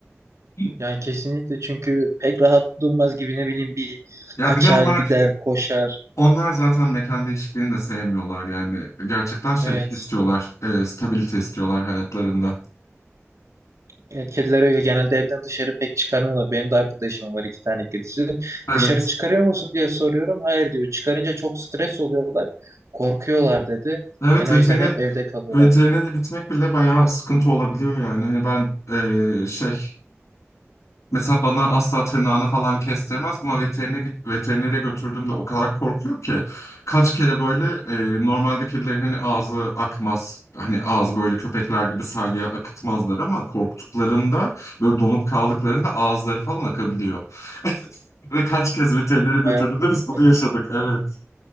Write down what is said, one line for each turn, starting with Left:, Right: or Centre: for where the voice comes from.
Left: <laughs>
Right: Yani kesinlikle çünkü pek rahat durmaz gibi ne bileyim bir
Left: Ya
Right: kaçar
Left: bir de onlar
Right: gider koşar.
Left: onlar zaten mekan değişikliğini de sevmiyorlar yani gerçekten şey
Right: Evet.
Left: istiyorlar e, stabilite istiyorlar hayatlarında.
Right: Evet, kediler öyle genelde evden dışarı pek çıkarmıyorlar. Benim de arkadaşım var iki tane kedisi. Dışarı
Left: Evet.
Right: çıkarıyor musun diye soruyorum. Hayır diyor. Çıkarınca çok stres oluyorlar. Korkuyorlar dedi.
Left: Evet
Right: Yani
Left: veterine
Right: o yüzden hep evde kalıyorlar
Left: veterine
Right: dedi.
Left: de gitmek bile bayağı sıkıntı olabiliyor yani. Hani ben e, şey Mesela bana asla tırnağını falan kestirmez ama veterine git- veterinere götürdüğümde o kadar korkuyor ki kaç kere böyle e, normalde kedilerin hani ağzı akmaz hani ağzı böyle köpekler gibi salya akıtmazlar ama korktuklarında böyle donup kaldıklarında ağızları falan akabiliyor. Ve kaç kez veterinere
Right: Aa,
Left: götürdüğümde
Right: bayağı korkmuş.
Left: biz bunu yaşadık evet.